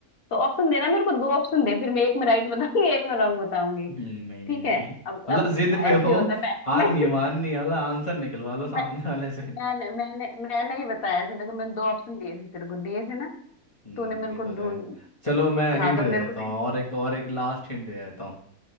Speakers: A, on the left; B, on the left.
A: तो ऑप्शन देना मेरे को दो ऑप्शन दे फिर मैं एक में राइट बताऊंगी एक में रॉन्ग बताऊंगी
B: हम्म, नहीं नहीं
A: ठीक
B: नहीं
A: है अब
B: मतलब
A: अब
B: जिद
A: ऐसे
B: पे हो
A: ही होता है
B: हार
A: मैं
B: नहीं माननी है, मतलब आंसर निकलवा लो सामने
A: मैं
B: वाले से
A: <laughs> मैं मैंने मैंने मैंने ही बताया था देखो मैंने दो ऑप्शन दिए थे तेरे को दिए थे ना
B: हम्म
A: तूने मेरे
B: ये
A: को
B: तो है
A: ढूंढ
B: चलो मैं हिंट
A: हाँ तो
B: दे
A: मेरे
B: देता
A: को भी-
B: हूँ और एक और एक लास्ट हिंट दे देता हूँ